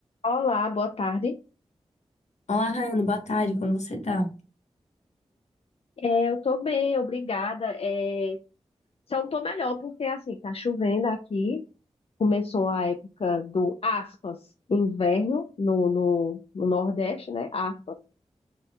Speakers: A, on the left (about 55°); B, on the left (about 70°).
A: Olá, boa tarde.
B: Olá, Rayane, boa tarde, como você tá?
A: É, eu tô bem, obrigada. É, só não tô melhor porque assim, tá chovendo aqui. Começou a época do aspas, inverno no, no, no Nordeste, né? Aspas.